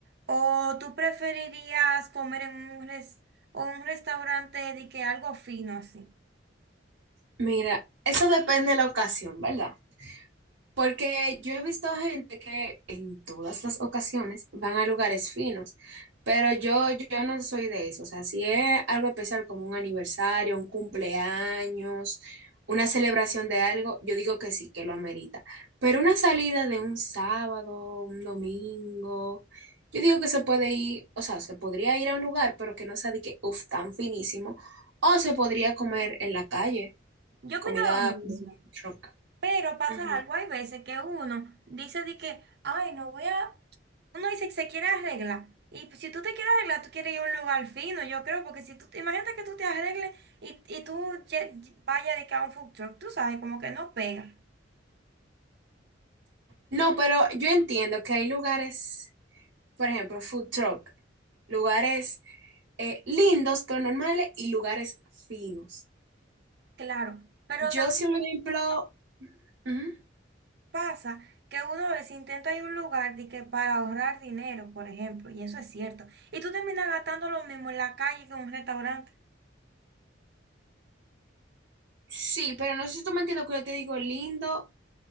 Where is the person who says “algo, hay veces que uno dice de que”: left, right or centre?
Right